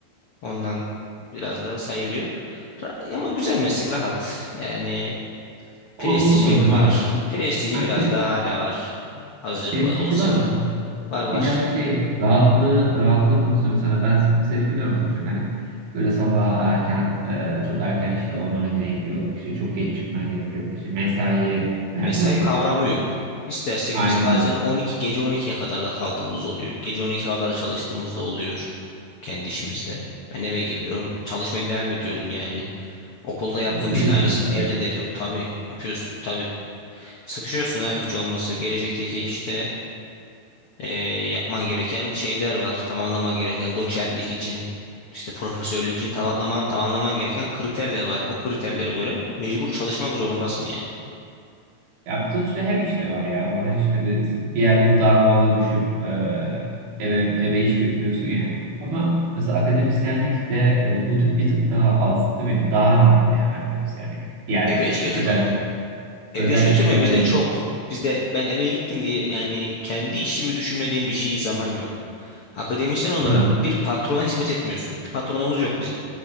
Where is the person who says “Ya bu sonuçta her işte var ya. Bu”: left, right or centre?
Right